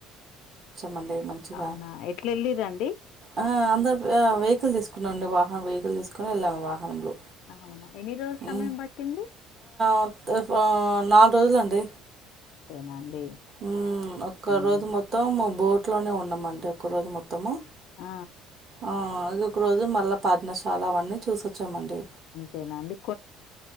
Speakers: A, on the right; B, on the left.
A: మండే మంచిగా
B: అవునా ఎట్లా వెళ్ళిరండి
A: ఆ అందరు వెహికల్ తీసుకున్నాండి వాహనం వెహికల్ తీసుకుని వెళ్ళాము వాహనంలో
B: అ అవునా ఎన్ని రోజుల సమయం
A: ఉ
B: పట్టింది
A: వత్త ఫో నాలుగు రోజులండి
B: అంతేనాండి
A: ఉమ్ ఒక్క
B: ఉమ్
A: రోజు మొత్తం బోట్లోనే ఉన్నామంటే ఒక్కరోజు మొత్తము
B: ఆ
A: ఆ ఇదిొ ఒక రోజు మళ్ళా పాదనశాల అవన్నీ చూసొచ్చామండి
B: అంతేనా అందు